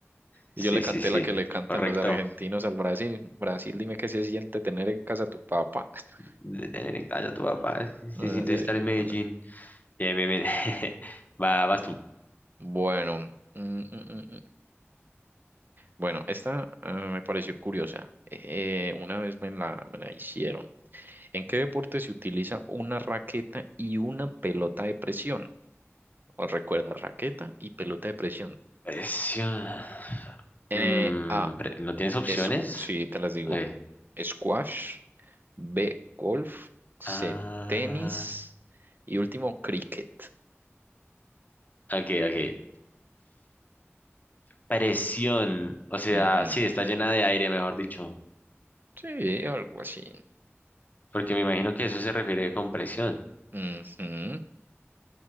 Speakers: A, on the left; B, on the right.
A: Sí,
B: Y yo le canté
A: sí, sí.
B: la que le cantan
A: Correcto.
B: los argentinos al Brasil. Brasil, dime qué se siente tener en casa a tu papá. <laughs>
A: de tener en casa a tu papá. si Se
B: Ah,
A: siente
B: sí,
A: estar en Medellín.
B: bueno.
A: Bien, bien, bien. <laughs> Va, vas tú.
B: Bueno. mm, mm, mm, Bueno, esta ah, me pareció curiosa. Eh, una vez me la, me la hicieron. ¿En qué deporte se utiliza una raqueta y una pelota de presión? ¿Os recuerda, raqueta y pelota de presión.
A: Presión.
B: Eh,
A: Mm,
B: A,
A: pre- ¿no tienes opciones?
B: es, sí, te las digo.
A: Ok.
B: Squash. B, golf. C,
A: Ah,
B: tenis. Y último, cricket.
A: ok, ok. Presión. O sea,
B: Ujú.
A: sí, está llena de aire, mejor dicho.
B: Sí, algo así.
A: Porque me imagino que eso se refiere con presión.
B: Ujú.